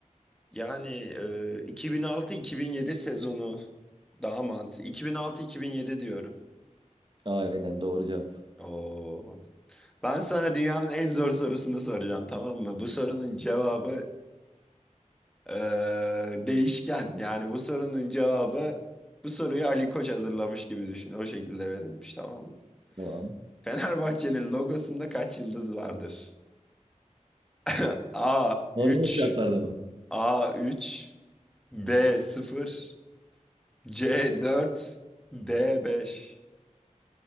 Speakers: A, in the centre; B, on the right.
A: Yani e, 2006-2007 sezonu daha mantıklı. 2006-2007 diyorum.
B: Aynen doğru cevap.
A: Oo. Ben sana dünyanın en zor sorusunu soracağım tamam mı? Bu sorunun cevabı e, değişken. Yani bu sorunun cevabı bu soruyu Ali Koç hazırlamış gibi düşün. O şekilde verilmiş tamam mı?
B: Tamam.
A: Fenerbahçe'nin logosunda kaç yıldız vardır? <laughs> A
B: Normal
A: 3.
B: şartlarda mı?
A: A 3. B sıfır, C 4, D 5.